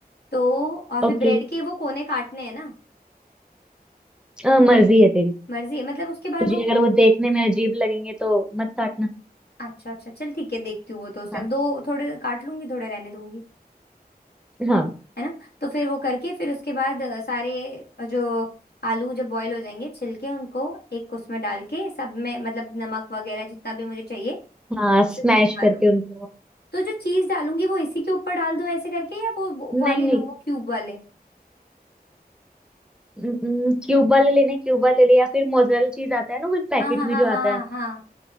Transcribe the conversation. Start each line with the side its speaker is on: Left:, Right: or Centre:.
Left: तो और फिर
Centre: ओके
Left: ब्रेड के वो कोने काटने हैं ना
Centre: अ, मर्जी है तेरी
Left: मर्जी है मतलब उसके बाद
Centre: तुझे
Left: वो
Centre: अगर वो देखने में अजीब लगेंगे तो मत काटना
Left: अच्छा अच्छा चल ठीक है देखती हूँ वो तो उस टाइम
Centre: हाँ
Left: दो थोड़े काट लूंगी थोड़े रहने दूंगी
Centre: हाँ
Left: है ना तो फिर वो करके फिर उसके बाद अ, सारे अ, जो आलू जब बॉईल हो जाएंगे छिलके उनको एक उसमें डाल के सब में मतलब नमक वगैरह जितना भी मुझे चाहिए
Centre: हाँ
Left: उस
Centre: स्मैश
Left: हिसाब से डाल
Centre: करके
Left: दूंगी
Centre: उनको
Left: तो जो चीज डालूंगी वो इसी के ऊपर डाल दूं ऐसे करके या वो वो
Centre: नहीं
Left: वाले
Centre: नहीं
Left: लो वो क्यूब वाले
Centre: क्यूब वाले लेने क्यूब वाले ले या फिर मोजरेला चीज आता है ना वो एक पैकेट
Left: हाँ हाँ हाँ
Centre: में जो
Left: हाँ
Centre: आता
Left: हाँ
Centre: है
Left: हाँ